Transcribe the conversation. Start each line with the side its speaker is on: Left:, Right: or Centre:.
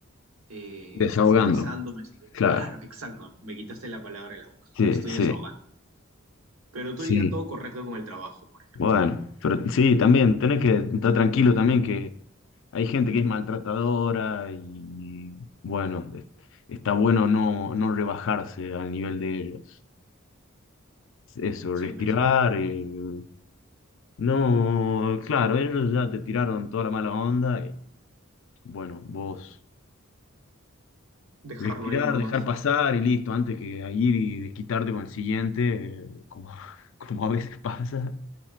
Right: eh,
Left: Desahogando.
Right: expresando, me estoy,
Left: Claro.
Right: claro, exacto, me quitaste la palabra de la boca,
Left: Sí,
Right: me estoy
Left: sí,
Right: desahogando. Pero estoy
Left: sí.
Right: ya todo correcto con el trabajo, por ejemplo.
Left: Bueno, pero sí, también tenés que estar tranquilo también que hay gente que es maltratadora y bueno, es- está bueno no, no rebajarse al nivel de ellos. Eso,
Right: Sí,
Left: respirar,
Right: pues,
Left: eh, no, claro, ellos ya te tiraron toda la mala onda y bueno, vos
Right: dejarlo
Left: respirar,
Right: ahí nomás.
Left: dejar pasar y listo, antes que ir y desquitarte con el siguiente, eh, como, <laughs> como a veces pasa,